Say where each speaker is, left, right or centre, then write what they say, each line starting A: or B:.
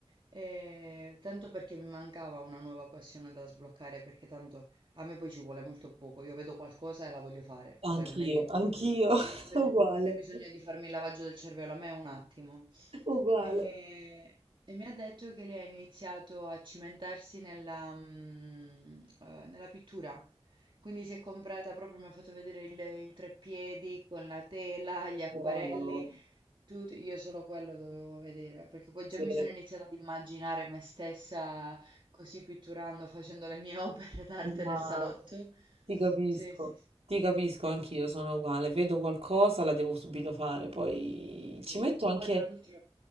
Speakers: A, on the right; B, on the right.
A: e tanto perché mi mancava una nuova passione da sbloccare, perché tanto a me poi ci vuole molto poco. Io vedo qualcosa e la voglio fare, cioè
B: anch'io,
A: non è che dici,
B: anch'io, <laughs>
A: c'è bisogno,
B: uguale.
A: c'è bisogno di farmi il lavaggio del cervello, a me è un attimo.
B: Uguale.
A: E, e mi ha detto che lei ha iniziato a cimentarsi nella, mm, eh, nella pittura. Quindi si è comprata proprio, mi ha fatto vedere il, il treppiedi con la tela, gli acquerelli,
B: Wow,
A: tutto. Io solo quello dovevo vedere, perché poi già
B: sì,
A: mi sono iniziata ad immaginare me stessa così pitturando, facendo le mie <laughs> opere d'arte
B: ma
A: nel salotto.
B: ti capisco,
A: Sì, sì, sì.
B: ti capisco anch'io, sono uguale, vedo qualcosa, la devo subito fare, poi
A: sì.
B: ci metto anche...
A: Poi tra l'altro,